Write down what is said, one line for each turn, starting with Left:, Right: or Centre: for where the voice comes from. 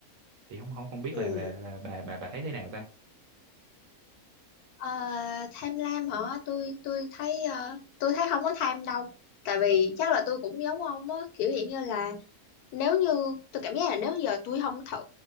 Right: thì không không không biết
Left: Ừ.
Right: là là là bà bà bà thấy thế nào ta
Left: Ờ, tham lam hả? Tôi tôi thấy ờ, tôi thấy không có tham đâu. Tại vì chắc là tôi cũng giống ông á, kiểu hiện như là nếu như tôi cảm giác là nếu giờ tôi không thử